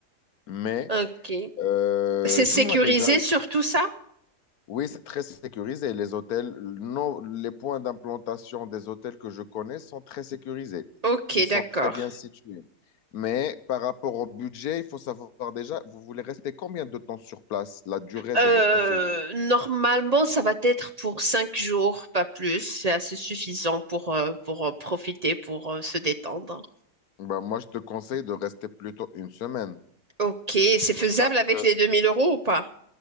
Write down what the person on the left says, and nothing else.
Mais
euh,
dis-moi
déjà,
oui, c'est très sécurisé. Les hôtels, non, les points d'implantation des hôtels que je connais sont très sécurisés.
Ils sont
très bien situés. Mais par rapport au budget, il faut savoir déjà, vous voulez rester combien de temps sur place, la durée
de votre séjour?
Ben, moi, je te conseille de rester plutôt une semaine
parce
que